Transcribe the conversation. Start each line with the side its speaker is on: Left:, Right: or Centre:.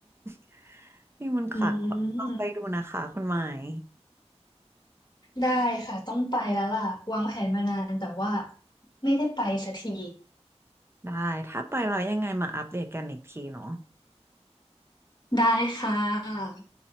Right: <laughs> มีมนต์ขลังลองไปดูนะคะคุณหมาย
Left: อืมได้ค่ะต้องไปแล้วล่ะวางแผนมานานแต่ว่าไม่ได้ไปสักที
Right: ได้ถ้าไปเรายังไงมาอัปเดตกันอีกทีเนาะ
Left: ได้ค่ะ